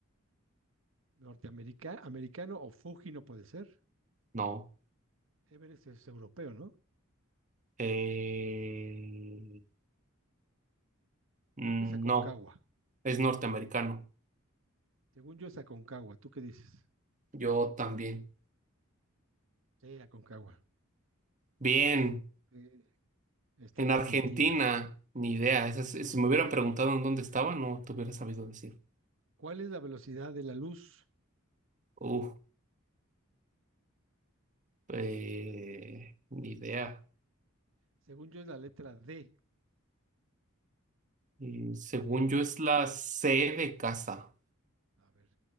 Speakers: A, on the right; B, on the right.
A: Norteamerica, americano o Fuji no puede ser.
B: no.
A: Everest es europeo, ¿no?
B: Eh, mm,
A: Creo que es Aconcagua.
B: no, es norteamericano.
A: Según yo es Aconcagua. ¿Tú qué dices?
B: Yo también.
A: Sí, Aconcagua.
B: Bien,
A: Ok. Está
B: en
A: en Argentina.
B: Argentina, ni idea.
A: Ok.
B: Esa es- si me hubieran preguntado en dónde estaba, no te hubiera sabido decir.
A: ¿Cuál es la velocidad de la luz?
B: Uh, eh, ni idea.
A: Según yo es la letra D
B: Y según
A: de dedo.
B: yo es la C de casa.
A: A ver,